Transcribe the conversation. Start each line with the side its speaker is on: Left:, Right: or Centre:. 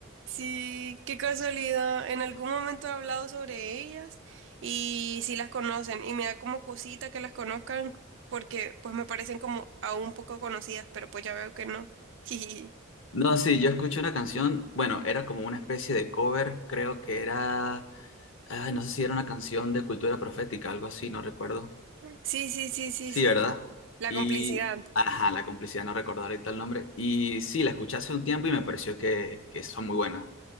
Right: sí, qué casualidad. En algún momento he hablado sobre ellas y sí las conocen y me da como cosita que las conozcan porque pues me parecen como aún poco conocidas, pero pues ya veo que no. <laughs>
Left: No, sí, yo escuché una canción, bueno, era como una especie de cover, creo que era, ay, no sé si era una canción de cultura profética, algo así, no recuerdo.
Right: Sí, sí, sí, sí,
Left: Sí,
Right: sí.
Left: ¿verdad?
Right: La
Left: Y,
Right: complicidad.
Left: ajá, la complicidad, no recuerdo ahorita el nombre. Y sí, la escuché hace un tiempo y me pareció que, que son muy buenas.